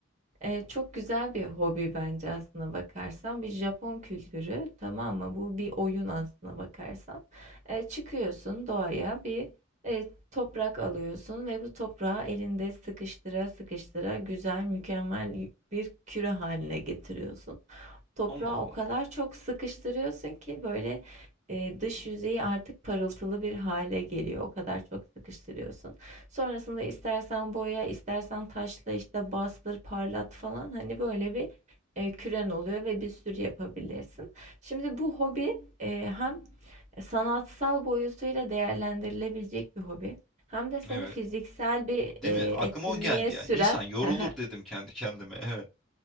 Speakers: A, on the right (about 35°); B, in the centre.
A: Eee, çok güzel bir hobi bence aslına bakarsan. Bir Japon kültürü tamam mı? Bu bir oyun aslına bakarsan. Eee, çıkıyorsun doğaya bir eee, toprak alıyorsun ve bu toprağı elinde sıkıştıra sıkıştıra güzel mükemmel bir küre haline getiriyorsun. Toprağı
B: Allah Allah.
A: o kadar çok sıkıştırıyorsun ki böyle, eee, dış yüzeyi artık parıltılı bir hale geliyor. O kadar çok sıkıştırıyorsun. Sonrasında istersen boya, istersen taşla, işte, bastır, parlat falan, hani, böyle bir, eee, küren oluyor ve bir sürü yapabilirsin. Şimdi bu hobi, eee, hem sanatsal boyutuyla değerlendirilebilecek bir hobi hem de seni
B: Evet.
A: fiziksel bir,
B: Değil
A: eee,
B: mi? Aklıma
A: etkinliğe
B: o geldi
A: süren
B: ya. İnsan yorulur
A: <laughs>
B: dedim kendi kendime. Evet.